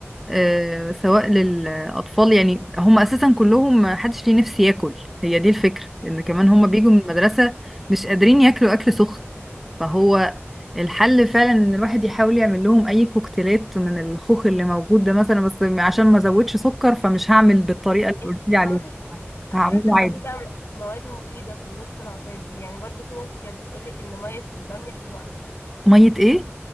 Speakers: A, on the left; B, in the centre.
A: مم.
B: آه، سواء للأطفال يعني هم أساسا كلهم محدش ليه نفس ياكل هي دي الفكرة إن كمان هم
A: مم.
B: بيجوا من المدرسة مش قادرين ياكلوا أكل سخن فهو الحل فعلا إن الواحد يحاول يعمل لهم أي كوكتيلات من الخوخ اللي موجود ده مثلا بس عشان ما أزودش سكر فمش هعمل بالطريقة اللي
A: انت
B: قلت لي عليها
A: حاولي حاولي
B: هعمله
A: تدخلي
B: عادي
A: بقى م- مواد مفيده في الوسط العصايه دي يعني برضو في ناس كانت بتقول لك ان ميه الباميه حلوه قوي
B: مية إيه؟